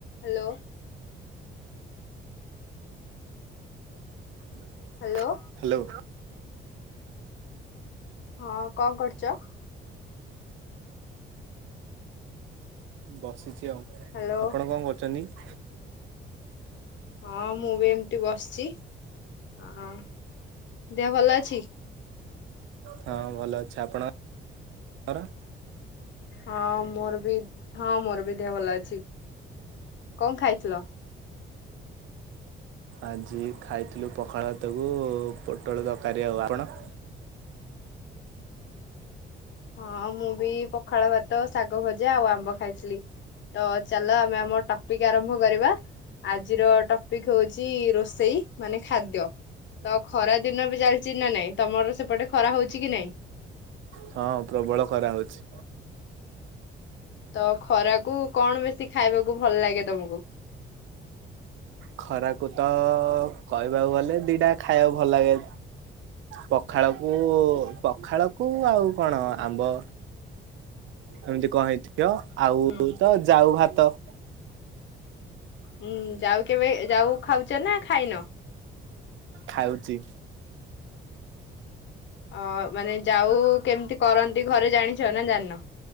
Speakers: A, on the left (about 70°); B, on the right (about 75°).
A: Hello
B: <inaudible>
A: hello
B: hello
A: ହଁ କଣ କରୁଚ?
B: ବସିଛି ଆଉ।
A: ହ୍ୟାଲୋ
B: ଆପଣ କଣ କରୁଛନ୍ତି?
A: ହଁ ମୁଁ ବି ଏମିତି ବସିଛି ହଁ ଦେହ ଭଲ ଅଛି?
B: ହଁ ଭଲ ଅଛି ଆପଣର?
A: ହଁ ମୋର ବି ହଁ ମୋର ବି ଦେହ ଭଲ ଅଛି କଣ ଖାଇଥିଲ? <inaudible>
B: ଆଜି ଖାଇଥିଲୁ ପଖାଳ ଭାତକୁ ପୋଟଳ ଦରକାରୀ ଆଉ ଆପଣ?
A: ହଁ ମୁଁ ବି ପଖାଳ ଭାତ ଶାଗ ଭଜା ଆଉ ଆମ୍ବ ଖାଇଥିଲି। ତ ଚାଲ ଆମେ ଆମ ଟପିକ୍ ଆରମ୍ଭ କରିବା। ଆଜିର ଟପିକ୍ ହଉଛି ରୋଷେଇ ମାନେ ଖାଦ୍ୟ। ତ ଖରା ଦିନ ବି ଚାଲିଛି ନା ନାଇଁ ତମର ସେପଟେ ଖରା ହଉଛି କି ନାଇଁ?
B: ହଁ ପ୍ରବଳ ଖରାହଉଛି।
A: ତ ଖରାକୁ କଣ ବେଶି ଖାଇବାକୁ ଭଲ ଲାଗେ ତମକୁ?
B: ଖରାକୁ ତ କହିବାକୁ ଗଲେ ଦିଟା ଖାଇବାକୁ ଭଲ ଲାଗେ ପଖାଳକୁ ପଖାଳକୁ ଆଉ କଣ ଆମ୍ବ। ଏମିତି କହିଥିବ ଆଉ
A: ହୁଁ
B: ତ ଯାଉ ଭାତ।
A: ହୁଁ ଯାଉ କେବେ ଯାଉ ଖାଉଛ ନା ଖାଇନ?
B: ଖାଉଛି।
A: ଅ ମାନେ ଯାଉ କେମିତି କରନ୍ତି ଘରେ ଜାଣିଛ ନା ଜାଣିନ?